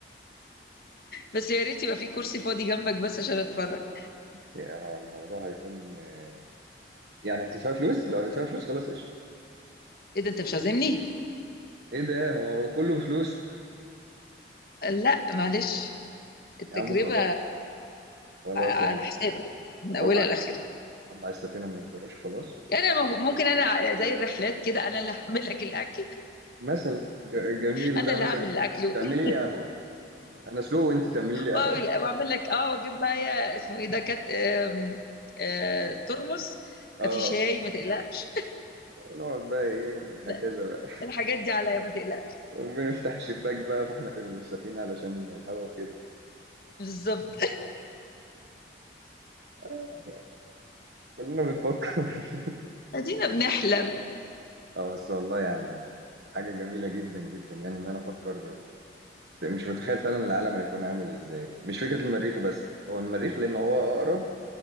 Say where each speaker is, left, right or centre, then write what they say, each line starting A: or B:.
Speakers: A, on the left; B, on the right.
A: بس يا ريت يبقى في كرسي فاضي جنبك بس عشان أتفرج
B: يعني الموضوع هيكون آه، يعني هتدفع فلوس لو هتدفع فلوس خلاص قشطه
A: إيه ده أنت مش عازمني؟
B: ايه ده هو كله فلوس
A: لا معلش
B: <laughs>
A: التجربة
B: يا عم خلاص خلاص
A: على
B: يا عم
A: حسابك من
B: هطلع
A: اولها لاخرها
B: هطلع السفينه من الجراج خلاص
A: يعني أنا مو- ممكن انا زي الرحلات كده انا اللي هعمل لك الاكل
B: مثلا ج- جميل
A: انا
B: ده
A: اللي
B: مثلا
A: هعمل الاكل <laughs>
B: تعملي لي قهوة أنا سلو وأنت تعملي
A: وأعمل-
B: لي قهوة <laughs>
A: واعمل لك اه واجيب معايا اسمه ايه ده كات آم، آه، ترمس
B: أه
A: في شاي ما تقلقش
B: ونقعد بقى إيه
A: لا
B: هكذا بقى
A: الحاجات دي عليا ما تقلقش
B: <laughs> بنفتح الشباك بقى فإحنا في السفينة علشان الهوا وكده <laughs>
A: بالظبط
B: آه، يعني كلنا بنفكر <laughs>
A: ادينا بنحلم
B: أه بس والله يعني حاجة جميلة جدا جدا يعني إن أنا أفكر مش متخيل فعلا العالم هيكون عامل إزاي مش فكرة المريخ بس هو المريخ لأن هو أقرب